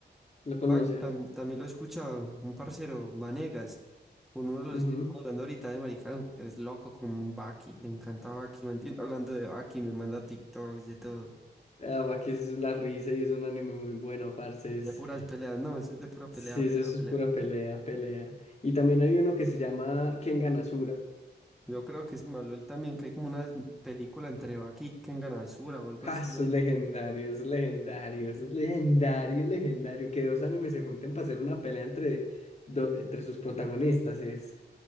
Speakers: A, on the left; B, in the centre.
A: ¿lo conoces?
B: Ah, que tam- también lo he escuchado un parcero, Vanegas, con uno de los
A: Ujú.
B: que estamos hablando ahorita de maricanos, es loco con Baki, le encanta Baki, mantiene hablando de Baki, me manda TikToks de todo,
A: Ah, Baki es la risa y es un anime muy bueno, parce. Es,
B: de puras peleas, no, eso es de pura
A: sí,
B: pelea, pelea,
A: eso
B: pelea.
A: es pura pelea, pelea. Y también hay uno que se llama Kengan Asura.
B: Yo creo que se me habló él también, que hay como una película entre Baki y Kengan Asura o algo
A: Ja,
B: así.
A: eso
B: ¿eh?
A: es legendario, eso es legendario, eso es legendario, legendario. Que dos animes se junten para hacer una pelea entre, do- entre sus protagonistas. Es,